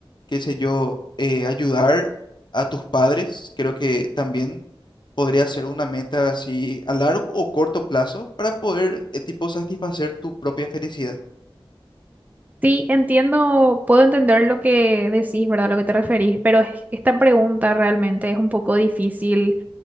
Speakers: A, on the left; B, on the right.
A: qué sé yo, eh, ayudar a tus padres. Creo que también podría ser una meta así a largo o corto plazo para poder, eh, tipo, satisfacer tu propia felicidad.
B: Sí, entiendo, puedo entender lo que decís, ¿verdad? Lo que te referís, pero es- esta pregunta realmente es un poco difícil